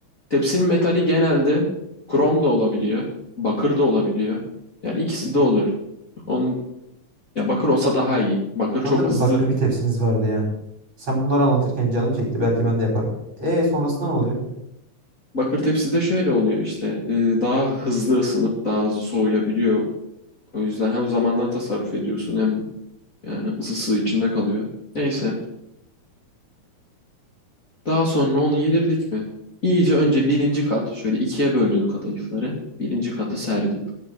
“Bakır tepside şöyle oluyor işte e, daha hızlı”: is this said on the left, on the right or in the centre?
Left